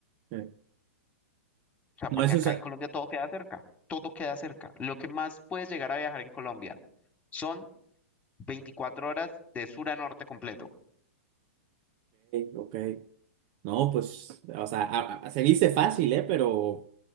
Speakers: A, on the right; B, on the left.
A: Sí.
B: O sea,
A: No,
B: porque
A: eso
B: acá
A: es. Ok,
B: en Colombia todo queda cerca, todo queda cerca. Lo que más puedes llegar a viajar en Colombia son 24 horas de sur a norte completo.
A: ok. No, pues, o sea, a- a- se dice fácil, ¿eh? Pero